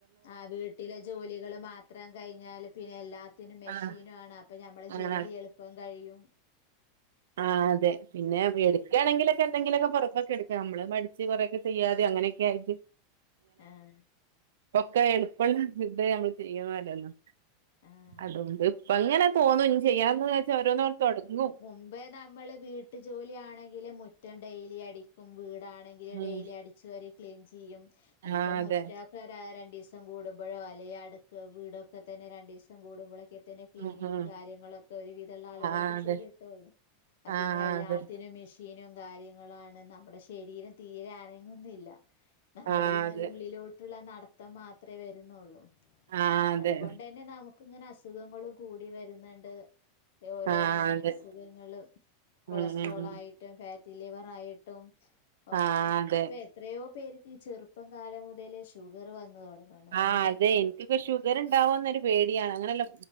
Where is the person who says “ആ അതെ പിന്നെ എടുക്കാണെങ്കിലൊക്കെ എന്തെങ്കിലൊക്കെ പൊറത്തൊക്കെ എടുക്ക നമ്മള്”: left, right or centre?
Right